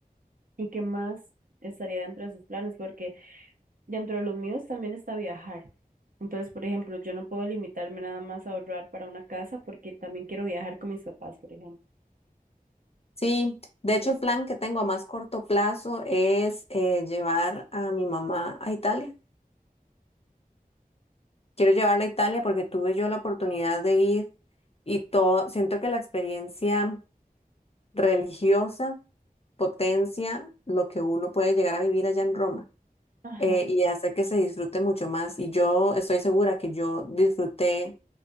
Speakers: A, on the right; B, on the left.
A: ¿Y qué más estaría dentro de sus planes? Porque Dentro de los míos también está viajar. Entonces, por ejemplo, yo no puedo limitarme nada más a ahorrar para una casa porque también quiero viajar con mis papás, por ejemplo.
B: Sí, de hecho el plan que tengo a más corto plazo es eh, llevar a mi mamá a Italia. Quiero llevarla a Italia porque tuve yo la oportunidad de ir y todo, siento que la experiencia religiosa potencia lo que uno puede llegar a vivir allá en Roma
A: Ajá,
B: eh, y hace que se disfrute mucho más. Y yo estoy segura que yo disfruté